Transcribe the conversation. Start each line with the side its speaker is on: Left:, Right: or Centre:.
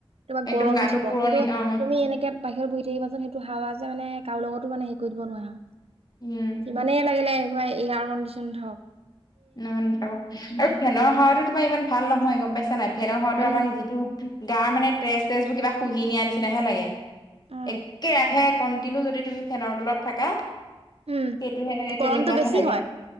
Right: তোমাক
Left: একদম
Right: গৰম
Left: গাটো
Right: উঠিব
Left: পুৰণি
Right: কিন্তু
Left: অ
Right: তুমি এনেকে বাহিৰত বহি থাকিবাচোন সেইটো হাৱা যে মানে কাৰো লগতো মানে হেৰি কৰি দিব নোৱাৰে আৰু
Left: উম
Right: যিমানেই লাগিলে একিবাৰে এয়াৰ কণ্ডিশন নাথাকক।
Left: নহ নাপাব আৰু ফেনৰ হাৱাটো তোমাৰ ইমান ভাল নহয় গম পাইছা নাই? ফেনৰ হতো
Right: উম
Left: আমাৰ যিটো গা মানে তেজ, তেজ বোৰ কিবা শুহি নিয়া নিচিনাহে লাগে।
Right: অ
Left: একেৰাহে কন্টিনিউ যদি তুমি ফেনৰ তলত থাকা।
Right: উম
Left: সেইটোহে
Right: গৰমটো
Left: তেনেকুৱাহে
Right: বেছি
Left: লাগে
Right: হয়